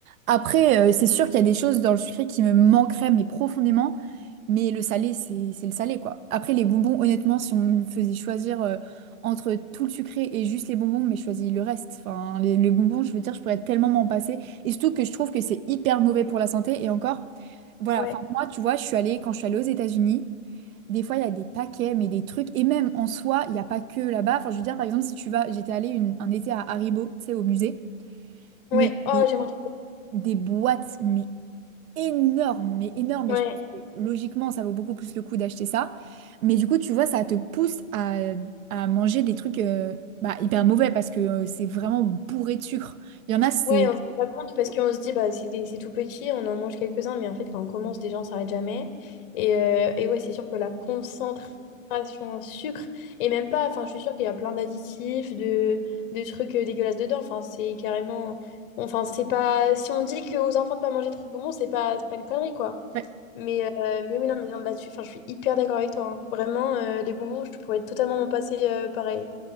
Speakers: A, on the right; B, on the left.
A: Après, euh, c'est sûr qu'il y a des choses dans le sucré qui me manqueraient, mais profondément. Mais le salé, c'est c'est le salé, quoi. Après, les bonbons, honnêtement, si on me faisait choisir euh, entre tout le sucré et juste les bonbons, mais je choisis le reste. Enfin, les, les bonbons, je veux dire, je pourrais tellement m'en passer. Et surtout que je trouve que c'est hyper mauvais pour la santé. Et encore, voilà,
B: Ouais.
A: enfin, moi, tu vois, je suis allée, quand je suis allée aux États-Unis, des fois, il y a des paquets, mais des trucs. Et même en soi, il n'y a pas que là-bas. Enfin, je veux dire, par exemple, si tu vas, j'étais allée une- un été à Haribo, tu sais, au musée.
B: Ouais.
A: Mais
B: Oh,
A: des,
B: j'aimerais.
A: des boîtes, mais énorme, mais énorme.
B: Ouais,
A: Et je pense que logiquement, ça vaut beaucoup plus le coup d'acheter ça. Mais du coup, tu vois, ça te pousse à, à manger des trucs euh, bah, hyper mauvais parce que euh, c'est vraiment bourré de sucre. Il y en a, c'est...
B: ouais, on se rend pas compte parce qu'on se dit bah c'est des- c'est tout petit, on en mange quelques-uns, mais en fait quand on commence déjà on s'arrête jamais. Et, euh, et ouais, c'est sûr que la concentration en sucre, et même pas, enfin je suis sûre qu'il y a plein d'additifs, de, de trucs euh, dégueulasses dedans. Enfin, c'est carrément. Enfin, c'est pas. Si on dit qu'aux enfants de pas manger trop de bonbons, c'est pas, c'est pas une connerie, quoi.
A: ouais.
B: Mais, euh, mais oui, non, mais là-dessus, enfin, je suis hyper d'accord avec toi. hein. Vraiment, euh, les bonbons, je pourrais totalement m'en passer euh, pareil.